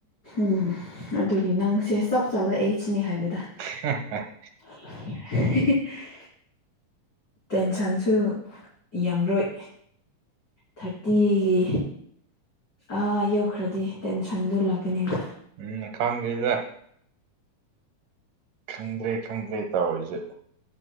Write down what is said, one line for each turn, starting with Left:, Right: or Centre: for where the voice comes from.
Left: ꯎꯝ ꯑꯗꯨꯒꯤ ꯅꯪꯁꯦ ꯆꯞ ꯆꯥꯕ ꯑꯦꯖꯅꯤ ꯍꯥꯏꯕꯗ
Right: <unintelligible>
Left: <unintelligible> ꯇꯦꯟꯁꯟꯁꯨ ꯌꯥꯝꯔꯣꯏ ꯊꯥꯔꯇꯤꯒꯤ ꯑꯥ ꯌꯧꯈ꯭ꯔꯗꯤ ꯇꯦꯟꯁꯟꯗꯨ ꯂꯥꯛꯀꯅꯦꯕ
Right: ꯎꯝ ꯈꯪꯗ‌ꯦꯗ ꯈꯪꯗ꯭ꯔꯦ ꯈꯪꯗ꯭ꯔꯦ ꯇꯧꯔꯤꯖ‌ꯦ